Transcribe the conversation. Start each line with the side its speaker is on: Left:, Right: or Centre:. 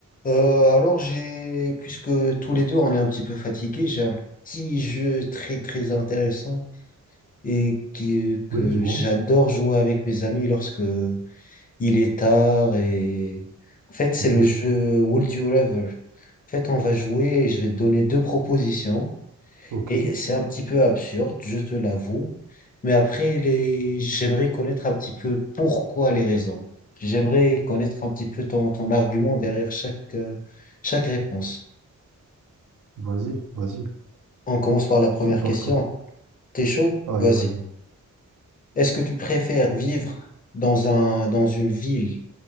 Left: Euh, alors j'ai, puisque tous les deux on est un petit peu fatigués, j'ai un petit jeu très très intéressant et qui, que
Right: Oui, dis-moi.
Left: j'adore jouer avec mes amis lorsque il est tard et en fait c'est
Right: Mhm.
Left: le jeu Would You Rather. En fait on va jouer et je vais te donner deux propositions.
Right: Ok,
Left: Et c'est un petit peu absurde, je te l'avoue. Mais après, les... j'aimerais connaître un petit peu pourquoi les raisons. J'aimerais connaître un petit peu ton, ton argument derrière chaque, euh, chaque réponse.
Right: vas-y, vas-y.
Left: On commence par la première
Right: Je suis partant.
Left: question. T'es chaud?
Right: Allez,
Left: Vas-y.
Right: vas-y.
Left: Est-ce que tu préfères vivre dans un, dans une ville